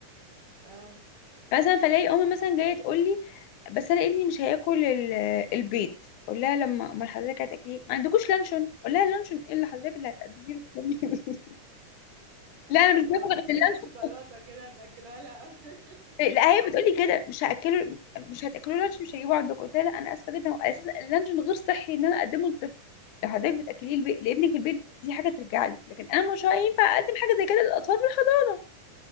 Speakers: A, on the right (about 55°); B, on the left (about 70°).
A: اه
B: مثلا فلاقي امي مثلا جايه تقول لي بس انا ابني مش هياكل ال- البيض اقول لها لما امال حضرتك هتاكلي ما عندكوش لانشون اقول لها لانشون ايه اللي حضرتك اللي هتقدميه لي؟ <laughs> لا انا مش باكل
A: لو
B: غير
A: في
B: اللانشون
A: شوية شوكولاتة كده تاكلها لها قبل <laughs>
B: لا
A: الفطار.
B: هي بتقولي كده مش هاكله مش هتاكلوا لانش مش هجيبه عندكم قلت لها لا انا اسفه جدا هو اساسا اللانشون غير صحي ان انا اقدمه للطفل لو حضرتك بتاكليه لب- لابنك في البيت دي حاجه ترجع لك لكن انا مش هينفع اقدم حاجه زي كده للاطفال في الحضانه